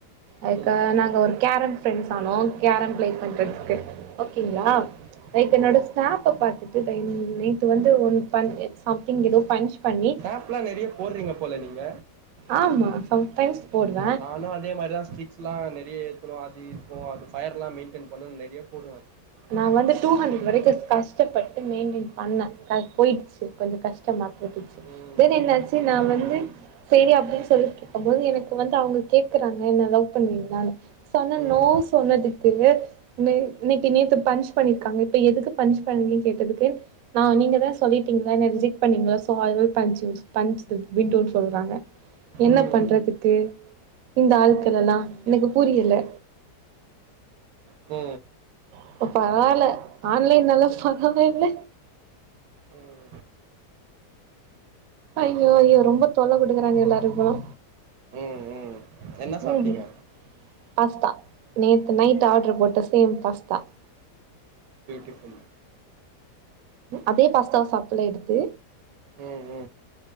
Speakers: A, on the right; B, on the right.
A: அதுக்கா
B: ம்
A: நாங்க ஒரு கேரம் ஃப்ரெண்ட்ஸ் ஆனோ கேரம் பிளேக் பண்றதுக்கு ஓகேங்ளா
B: ம்
A: லைக்
B: ம்
A: என்னோடச்
B: ம்
A: ஸ்னேப்பப் பாத்துட்டு பயிந் நேத்து வந்து ஒன் பன் எக்ஸ் சம்திங் ஏதோ பஞ்ச் பண்ணி
B: சேப்லா நெறையப் போர்றிங்கப் போல நீங்க
A: ஆம்மா சம்டைம்ஸ் போடுவே
B: நானு அதே மாரிதா ஸ்ட்ரிக்ஸ்லா நெறிய எத்னுவா அது இப்போ அது ஃபையர்லாம் மெயின்டென் பண்ணு நெறைய போடுவே
A: நா வந்து டூ ஹண்ட்ரெட் வரைக்கு கஷ்டப்பட்டு மெயின்டின் பண்ணே கட் போயிட்ச்சி கொஞ்ச கஷ்டமாக் போட்ருச்சு
B: ம்
A: வேற என்னாச்சி நா வந்து செரி அப்டின் சொல்லிட்ருக்கம் போது எனக்கு வந்து அவுங்கிள் கேக்கறாங்க என்ன லவ்ப் பண்வீங்ளானு சொன்ன
B: ம்
A: நோ சொன்னதுக்கு நே நிக் த்தி நேத்துப் பஞ்ச் பண்ணிருக்காங்க இப்ப எதுக்கு பஞ்ச் பண்ணீங்கன் கேட்டதுக்கு நா நீங்கதா சொல்லிர்க்கீங்ள என்ன ரிஜெக்ட் பண்ணீங்ள so I will punch யூச் punch திவ் விண்ட்டூட் சொல்றாங்க என்னப்
B: ம்
A: பண்றதுக்கு இந்த ஆள்க்களலா எனக்கு புரியல
B: போ
A: இப்ப பரவால்ல ஆன்லைன்லலா ஃபண்ணவேல்ல
B: ம்
A: ஐயோ ஐயோ ரொம்ப தொல்ல குடுக்கறாங்க எல்லாரு இப்பலா
B: ம் ம் என்ன
A: மேகி
B: சாப்ட்டீங்க
A: பாஸ்தா நேத்து நைட்டு ஆர்டர் போட்ட சேம் பாஸ்தா
B: பியூட்டிஃபுல்
A: அதே பாஸ்தாவ சாப்பல்ல எடுத்து
B: ம் ம்